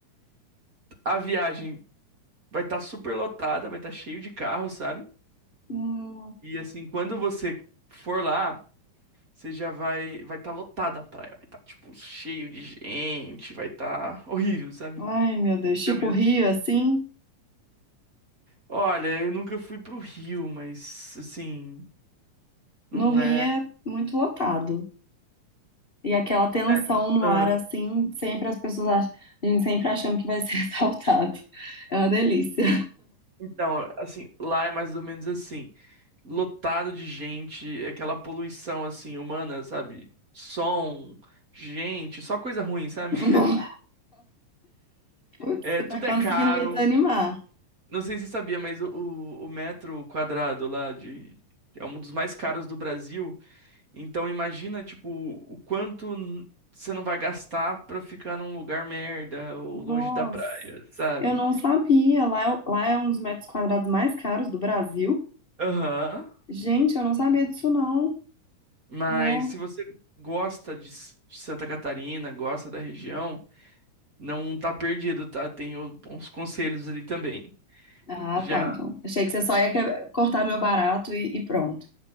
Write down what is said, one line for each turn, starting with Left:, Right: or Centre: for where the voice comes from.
Right: a viagem vai estar super lotada, vai estar cheio de carro, sabe?
Left: Hum,
Right: E assim, quando você for lá. Você já vai vai estar lotada a praia, vai estar tipo cheio de gente, vai estar horrível, sabe?
Left: ai, meu Deus.
Right: Horrível
Left: Tipo,
Right: mesmo.
Left: o Rio, assim,
Right: Olha, eu nunca fui pro Rio, mas assim, não
Left: no Rio
Right: é.
Left: é muito lotado. E aquela tensão
Right: é,
Left: no
Right: aham.
Left: ar, assim, sempre as pessoas acham, a gente sempre achando que vai ser <laughs> assaltado. É uma delícia.
Right: Então, assim, lá é mais ou menos assim, lotado de gente, aquela poluição assim humana, sabe? Som, gente, só coisa ruim, sabe?
Left: <laughs> Não,
Right: <laughs>
Left: putz,
Right: É,
Left: você
Right: tudo
Left: tá conseguindo
Right: é caro.
Left: me desanimar.
Right: Não sei se você sabia, mas o, o o metro quadrado lá de é um dos mais caros do Brasil. Então imagina, tipo, o quanto n- você não vai gastar pra ficar num lugar merda ou
Left: Nossa,
Right: longe da praia, sabe?
Left: eu não sabia. Lá, é- lá é um dos metros quadrados mais caros do Brasil.
Right: Aham.
Left: Gente, eu não sabia disso, não.
Right: Mas
Left: Não.
Right: se você gosta de S- de Santa Catarina, gosta da região, não tá perdido, tá? Tem o- uns conselhos ali também.
Left: Ah,
Right: Já.
Left: tá, então. Achei que você só ia que- cortar meu barato e e pronto.